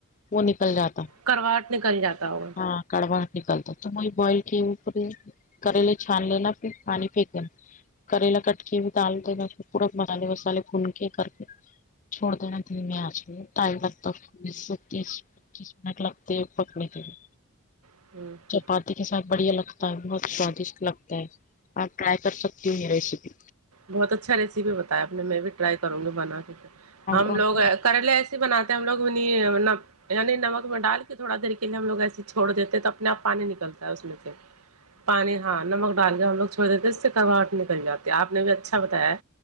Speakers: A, on the left; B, on the right.
A: وہ نکل جاتا
B: کرواہٹ نکل جاتا ہو
A: ہاں کڑوا نکلتا تو وہی بوائل کے اوپر کریلے چھان ل نا پھر پانی پھینک دینا کریلا کٹکے بھی تال د ن پورک مسے مسال پونکے کرتے چھوڑ دینا دھمی انج پہ ٹائم لگتاکس سے تس پچیس منٹ لگ پکنے کے لئے
B: <inaudible>
A: پارٹی کے ساتھ بڑھیا لگتا ہے بہت سوادشٹ لگتا ہے آپ ٹرائی کر سکتی ہیں یہ ریسیپی
B: بہت اچھا ریسیپی بتایا آپ نے میں بھی ٹرائی کروں گی بنا کے ہم
A: اور
B: لوگ کریلے ایسے بناتے ہیں ہم لوگ منی یعنی نمک میں ڈال کے تھوڑا دیر کے لیے ہم لوگ ایسے چھڑ دیتے ہیں تو اپنے آپ پانی نکلتا ہے اس میں سے پانی ہاں نمک ڈال کے ہم لوگ چھوڑ دیتے اس سے کڑواہٹ نکل جاتی ہے آپ نے بھی اچھا بتایا ہے